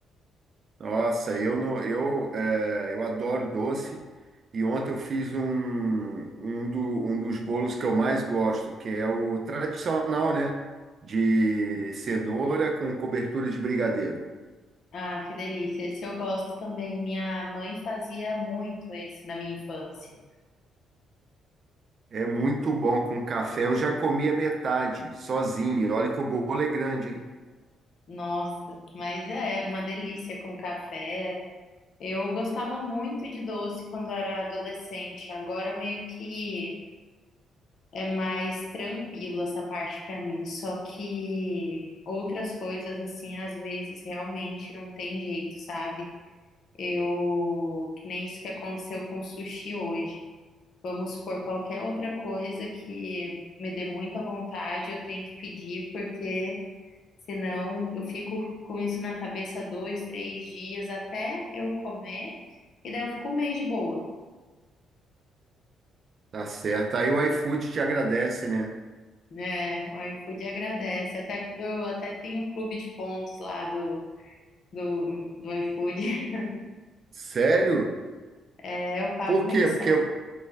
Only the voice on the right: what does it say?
Nossa, eu não, eu, é, eu adoro doce. E ontem eu fiz um, um, do- um dos bolos que eu mais gosto, que é o tradicional, né? De cenoura com cobertura de brigadeiro.
É muito bom com café. Eu já comi a metade, sozinho. E Olha que o bolo é grande, hein?
Tá certo. Aí o iFood te agradece, né?
Sério?
Por
quê? Porque.